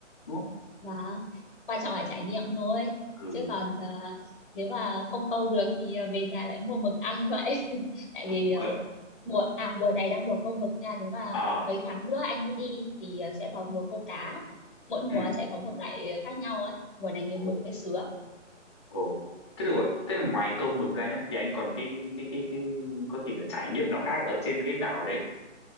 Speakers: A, on the left (about 25°); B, on the left (about 45°).
A: đúng không
B: và quan trọng là trải nghiệm thôi
A: ừ
B: chứ còn ờ, nếu mà không câu được thì ờ, về nhà lại mua mực ăn vậy <laughs> tại vì
A: Ủa?
B: ờ, mùa à mùa này đang mùa câu mực nha nếu mà
A: à
B: mấy tháng nữa anh mới đi thì ờ, sẽ vào mùa câu cá mỗi mùa
A: ừ
B: sẽ có một loại ờ, khác nhau ấy mùa này nhiều
A: Ồ.
B: mực với sứa
A: Ồ. Thế được rồi. Thế là ngoài câu mực ra nhá thì anh còn cái cái cái cái có thể là trải nghiệm nào khác ở trên cái đảo đấy.